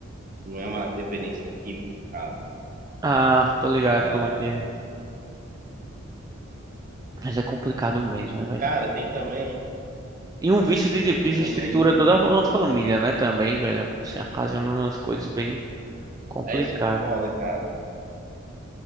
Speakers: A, on the right; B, on the right.
A: não é uma dependência química, no caso.
B: Ah, tô ligado
A: Ah,
B: como é que é. Mas é complicado mesmo, né, velho?
A: cara, tem também,
B: E um vício de, tipo,
A: tem
B: desestrutura
A: também um,
B: toda a família, né, também, velho. Assim, ocasiona umas coisas bem complicadas.
A: é isso que é foda, cara.